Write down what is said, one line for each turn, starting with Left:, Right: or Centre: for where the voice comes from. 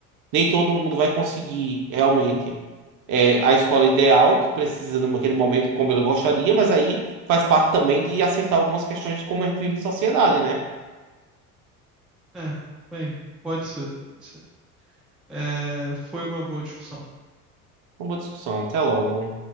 Right: Nem todo mundo vai conseguir realmente é, a escola ideal, que precisa naquele momento, como ele gostaria, mas aí faz parte também de acertar algumas questões de como a gente vive em sociedade, né?
Centre: É, bem, pode ser, pode ser. É, foi uma boa discussão.
Right: Uma boa discussão. Até logo.